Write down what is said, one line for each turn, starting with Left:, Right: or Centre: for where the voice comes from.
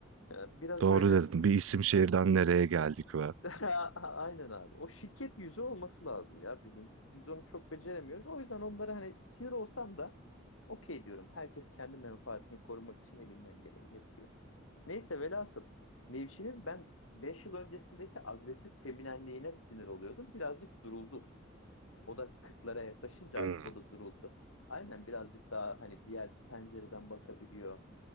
Left: Ee, Biraz
Right: Doğru
Left: öyle.
Right: dedin. Bir isim şehirden nereye geldik ve.
Left: <laughs> Aynen abi. O şirket yüzü olması lazım ya bizim. Biz onu çok beceremiyoruz. O yüzden onlara hani sinir olsam da okey diyorum. Herkes kendi menfaatini korumak için elinden geleni yapıyor. Neyse velhasıl Nevşin'in ben 5 yıl öncesindeki agresif feminenliğine sinir oluyordum. Birazcık duruldu. O da 40'lara yaklaşınca
Right: Hmm.
Left: artık o da duruldu. Aynen birazcık daha hani diğer pencereden bakabiliyor